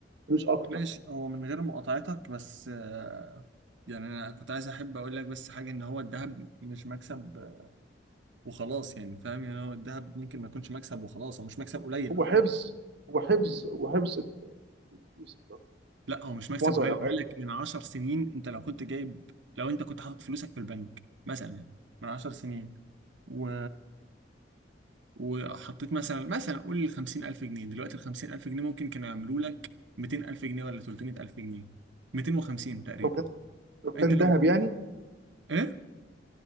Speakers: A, on the right; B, on the right.
A: فلوس اكتر
B: ماشي هو من غير مقاطعتك بس آه، يعني انا كنت عايز احب اقول لك بس حاجه ان هو الذهب مش مكسب آه، وخلاص يعني فاهم يعني هو الذهب ممكن ما يكونش مكسب وخلاص هو مش مكسب قليل
A: هو
B: على
A: حفظ
B: فكره
A: هو حفظ هو حفظ الفلوس أكتر
B: لا هو مش
A: في
B: مكسب
A: معظم
B: قليل
A: الاوقات
B: بقول لك من 10 سنين انت لو كنت جايب لو انت كنت حاطط فلوسك في البنك مثلا من 10 سنين و وحطيت مثلا مثلا قول 50000 جنيه دلوقتي ال 50000 جنيه ممكن كانوا يعملوا لك 200000 جنيه ولا 300000 جنيه 250 تقريبا
A: لو كان لو كان
B: انت لو
A: ذهب يعني
B: ايه